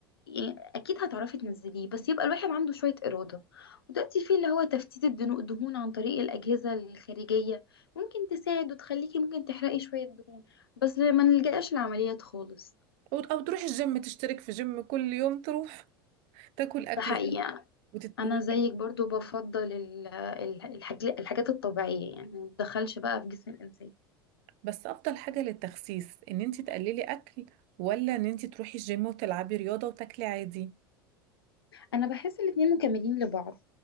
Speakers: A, on the left; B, on the right.
A: يعني اكيد هتعرفي تنزليه بس يبقى الواحد عنده شويه اراده ودلوقتي في اللي هو تفتيت الدنو- الدهون عن طريق الاجهزه الخارجيه ممكن تساعد وتخليكي ممكن تحرقي شويه دهون بس ما نلجأش لعمليات خالص
B: او أو تروح الجيم تشترك في جيم كل يوم تروح تاكل اكل
A: ده حقيقي
B: صح وتت...
A: انا
B: وت...
A: زيك برضو بفضل ال- ال- الحاج- الحاجات الطبيعيه يعني ما تدخلش بقى في جسم الانسان
B: بس افضل حاجه للتخسيس ان انت تقللي اكل ولا ان انت تروحي الجيم وتلعبي رياضه وتاكلي عادي
A: انا بحس الاتنين مكملين لبعض